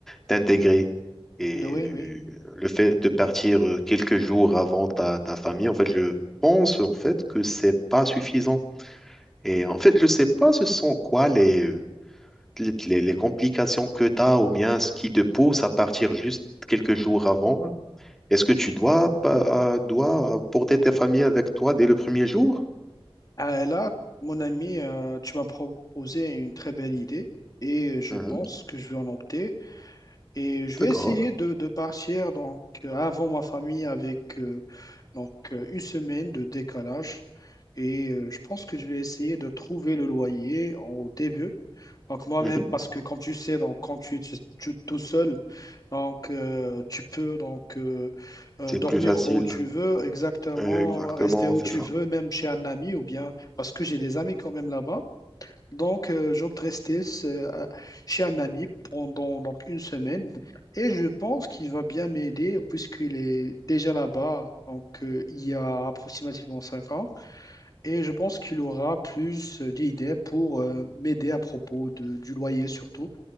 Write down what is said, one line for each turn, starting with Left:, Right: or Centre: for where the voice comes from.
Centre: t'intégrer. Et
Left: Oui,
Centre: euh,
Left: oui.
Centre: le fait de partir euh, quelques jours avant ta, ta famille, en fait, je pense en fait que c'est pas suffisant. Et en fait, je sais pas ce sont quoi les, euh, les, les- les complications que tu as ou bien ce qui te pousse à partir juste quelques jours avant. Est-ce que tu dois, pa- euh, dois euh, porter ta famille avec toi dès le premier jour?
Left: Ah, là, mon ami, euh, tu m'as proposé une très belle idée et je
Centre: Mhm,
Left: pense que je vais en opter. Et je vais
Centre: d'accord.
Left: essayer de, de partir donc euh, avant ma famille avec euh, donc euh, une semaine de décalage. Et euh, je pense que je vais essayer de trouver le loyer en- au début. Donc moi-même,
Centre: Mhm,
Left: parce que comme tu sais, donc quand tu es tu- tu- tout seul, donc euh, tu peux donc euh, euh,
Centre: C'est
Left: dormir
Centre: plus facile.
Left: où tu veux, exactement,
Centre: Exactement,
Left: rester où
Centre: c'est
Left: tu
Centre: ça.
Left: veux, même chez un ami ou bien parce que j'ai des amis quand même là-bas. Donc, euh, j'opte rester euh, à- chez un ami pendant donc une semaine et je pense qu'il va bien m'aider puisqu'il est déjà là-bas, donc euh, il y a approximativement cinq ans et je pense qu'il aura plus euh, d'idées pour euh, m'aider à propos de- du loyer surtout.